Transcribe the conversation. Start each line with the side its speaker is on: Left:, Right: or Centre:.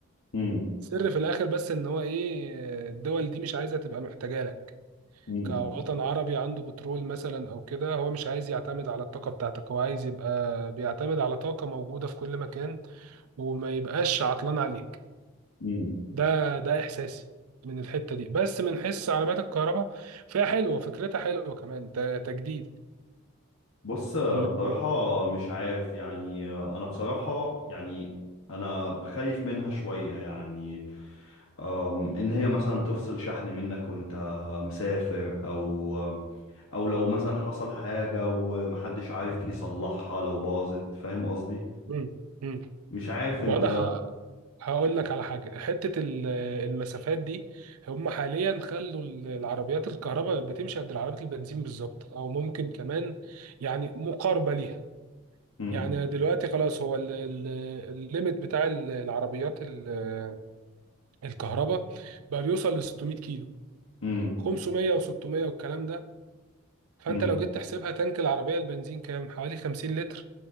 Left: مم،
Right: السر في الآخر بس إن هو إيه الدول دي مش عايزة تبقى محتاجة لك
Left: مم،
Right: كوطن عربي عنده بترول مثلا أو كده هو مش عايز يعتمد على الطاقة بتاعتك هو عايز يبقى بيعتمد على طاقة موجودة في كل مكان وما يبقاش عطلان عليك
Left: مم.
Right: ده ده احساسي من الحته دي بس من حس عربيات الكهرباء فيها حلوه فكرتها حلوه كمان ت- تجديد
Left: بص أه،
Right: ال-
Left: بصراحة مش عارف يعني أه، أنا بصراحة يعني أنا خايف منها شوية يعني أم، إن هي مثلا تفصل شحن منك وأنت مسافر أو او لو مثلا حصل حاجة ومحدش عارف يصلحها لو باظت فاهم قصدي
Right: مم. مم.
Left: مش عارف انت
Right: ما انا ه- هقول لك على حاجه حته ال- المسافات دي هم حاليا خلوا ال- العربيات الكهرباء بتمشي قد العربيات البنزين بالظبط او ممكن كمان يعني مقاربه ليها
Left: مم.
Right: يعني دلوقتي خلاص هو ال- ال- الليميت بتاع ال- العربيات ال- الكهرباء بقى بيوصل ل 600 كيلو
Left: مم.
Right: 500 و600 والكلام ده فانت
Left: مم.
Right: لو جيت تحسبها تانك العربيه البنزين كام حوالي 50 لتر